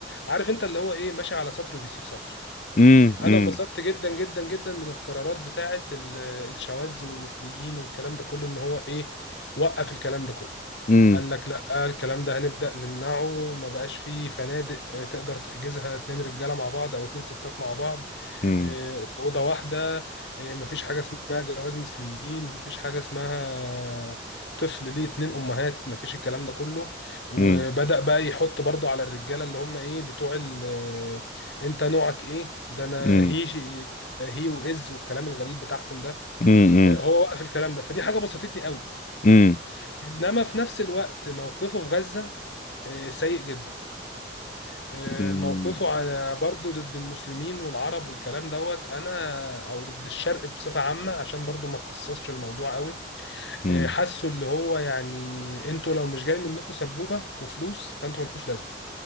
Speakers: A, on the left; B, on the left.
A: عارف أنت اللي هو إيه ماشي على سطر وبيسيب سطر
B: امم
A: أنا انبسطت جدا جدا جدا من القرارات بتاعة ال- الشواذ والمثليين والكلام ده كله إن هو إيه وقف الكلام ده كله
B: امم
A: قال لك لا الكلام ده هنبدأ نمنعه ما بقاش فيه فنادق آه، تقدر تحجزها اتنين رجالة مع بعض او اتنين ستات مع بعض
B: امم
A: آه، في أوضة واحدة آه، مفيش حاجة اسمها جواز مثليين مفيش حاجة اسمها طفل ليه اتنين أمهات مفيش الكلام ده كله وبدأ
B: امم
A: بقى يحط برضو على الرجالة اللي هم ايه بتوع ال آه، انت نوعك ايه ده انا
B: امم
A: هي شي- هي وإز والكلام الغريب بتاعهم ده
B: امم
A: آه، هو وقف الكلام ده فدي حاجة بسطتني قوي
B: امم
A: انما في نفس الوقت موقفه في غزة آه، سيء جدا آه،
B: امم
A: موقفه على برضه ضد المسلمين والعرب والكلام دوت انا او ضد الشرق بصفه عامه عشان برضه ما خصصش الموضوع قوي
B: امم
A: آه، حاسه اللي هو يعني انتوا لو مش جاي منكم سبوبه وفلوس فانتوا مالكوش لازمه